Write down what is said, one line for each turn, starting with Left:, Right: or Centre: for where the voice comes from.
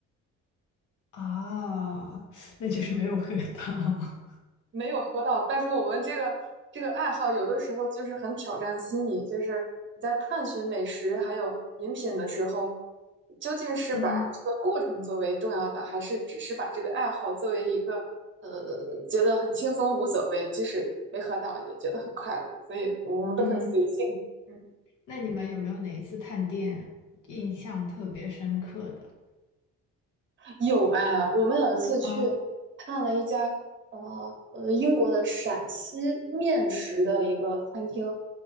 Left: <laughs> 啊，那就是没有喝到。
Right: 没有喝到，但是我们这个这个爱好有的时候就是很挑战心理，就是你在探寻美食还有饮品的时候，究竟是把这个过程作为重要的，
Left: <laughs> 嗯
Right: 还是只是把这个爱好作为一个呃觉得很轻松无所谓，即使没喝到也觉得很快乐，所以我们都很随性。
Left: 嗯，
Right: 嗯，
Left: 那你们有没有哪一次探店印象特别深刻的？
Right: 有啊，我们有一次去看了一家呃呃英国的陕西面食的一个餐厅。
Left: 啊